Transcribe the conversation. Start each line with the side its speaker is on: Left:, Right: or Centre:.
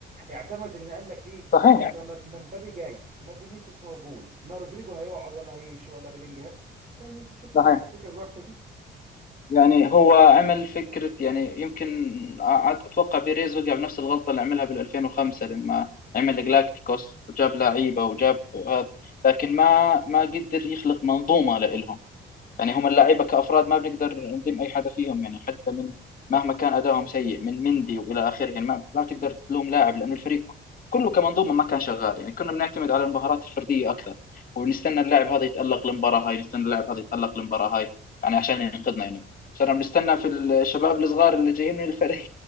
Right: اعتمد ان قال لك ايه
Left: صحيح
Right: ما ما- ما مبابي جاي ما فينيسيوس موجود ما رودريجو هيقعد ولا هيمشي ولا بيلينجهام فاهم انت شفت
Left: صحيح
Right: الفكره الوحشه دي
Left: يعني هو عمل فكرة يعني يمكن أ- أتوقع بيريز وقع بنفس الغلطة اللي عملها بال 2005 لما عمل جلاكتيكوس وجاب لعيبة وجاب هذا لكن ما ما قدر يخلق منظومة لإلهم يعني هم اللعيبه كافراد ما بنقدر نذم اي حدا فيهم يعني حتى من مهما كان ادائهم سيء من مندي والى اخره يعني ما ما بتقدر تلوم لاعب لانه الفريق كله كمنظومه ما كان شغال يعني كنا بنعتمد على المهارات الفرديه اكثر وبنستنى اللاعب هذا يتالق المباراه هاي نستنى اللاعب هذا يتالق المباراه هاي يعني عشان ينقذنا يعني صرنا بنستنى في الشباب الصغار اللي جايين من الفريق